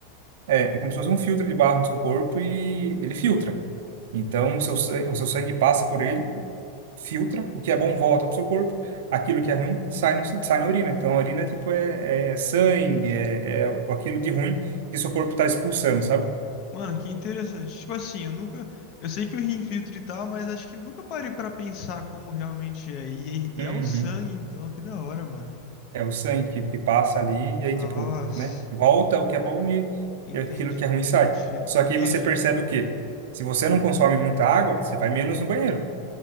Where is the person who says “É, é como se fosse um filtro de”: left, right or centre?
Right